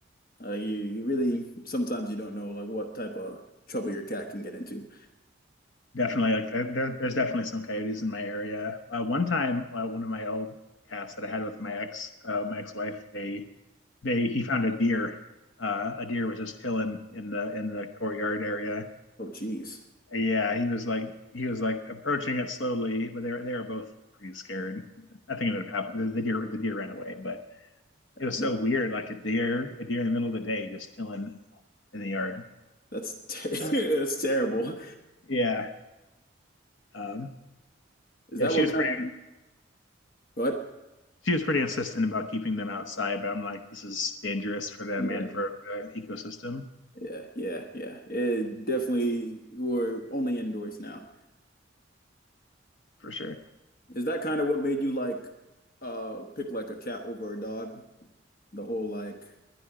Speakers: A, on the left; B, on the left.
A: Uh, you you really sometimes you don't know like what type of trouble your cat can get into.
B: Definitely, like there, there's definitely some coyotes in my area. Uh, one time, uh, one of my old cats that I had with my ex uh, my ex wife, they they he found a deer. Uh, a deer was just chilling in the in the courtyard area.
A: Oh, geez,
B: Yeah, he was like he was like approaching it slowly, but they were, they were both pretty scared. Nothing ended up happening. The, the deer the deer ran away, but it was
A: no,
B: so weird, like a deer a deer in the middle of the day just chilling in the yard.
A: that's ter <laughs> that's terrible.
B: Yeah, um,
A: Is
B: yeah,
A: that
B: she
A: what
B: was
A: kind
B: pretty.
A: of what?
B: She was pretty insistent about keeping them outside, but I'm like, this is dangerous for them
A: Yeah,
B: and for the ecosystem
A: yeah, yeah, yeah. It definitely we're only indoors now.
B: for sure.
A: Is that kind of what made you like uh pick like a cat over a dog? The whole like